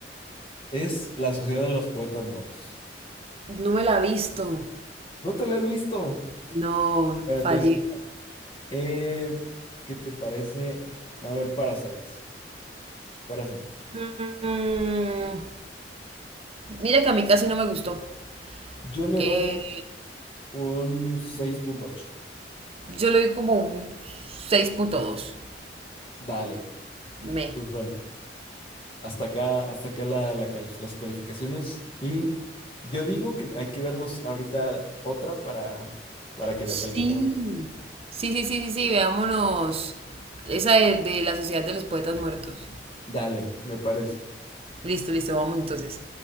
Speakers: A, on the left; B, on the right.
A: es La Sociedad de los Poetas Muertos.
B: No me la he visto.
A: ¿No te la has visto?
B: No,
A: Bueno,
B: fallé.
A: entonces, eh, ¿qué te parece? A ver, Parasites. Parásitos.
B: Mm, mira que a mí casi no me gustó.
A: Yo le
B: Eh,
A: doy un seis punto ocho.
B: yo le doy como un seis punto dos.
A: Dale.
B: Me.
A: Pues bueno, hasta acá, hasta acá la- la cali- las calificaciones. Y yo digo que hay que vernos ahorita otra para, para que
B: Sí.
A: la califiquemos.
B: Sí, sí, sí, sí, sí, veámonos. Esa de, de la Sociedad de los Poetas Muertos.
A: Dale, me parece.
B: Listo, listo, vamos entonces.